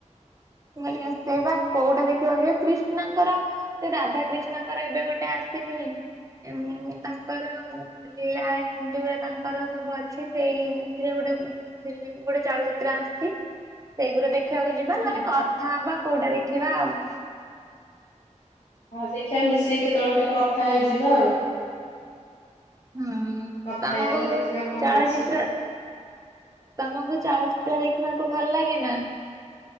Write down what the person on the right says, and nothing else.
ମାନେ ସେ ବା କୋଉଟା ଦେଖିବାକୁ ଯିବା, କ୍ରିଷ୍ଣାଙ୍କର ସେ ରାଧା କ୍ରିଷ୍ଣଙ୍କର ଏବେ ଗୋଟେ ଆସିନି, ଉଁ ତାଙ୍କର ଲୀଳା ଯୋଉ ଗୁରା ତାଙ୍କର ସବୁ ଅଛି, ସେଇଥିରେ ଗୋଟେ ଫିଲ୍ମ ଗୋଟେ ଚଳଚିତ୍ର ଆସିଛି, ସେଇଗୁରା ଦେଖ ଦେଖିବାକୁ ଯିବା, ନହେଲେ
କଥା ହବା କୋଉଟା ଦେଖିବା ଆଉ?
ହୁଁ
ତମକୁ
ଚଳଚିତ୍ର
ତମକୁ ଚଳଚିତ୍ର ଦେଖିବାକୁ ଭଲ ଲାଗେ ନା?